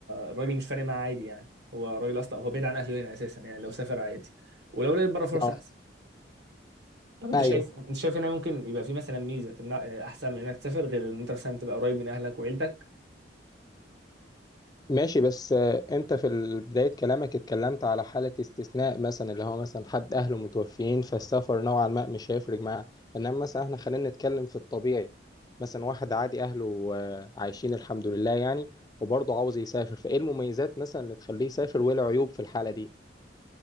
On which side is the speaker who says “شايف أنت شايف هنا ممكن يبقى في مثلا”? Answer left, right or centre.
Right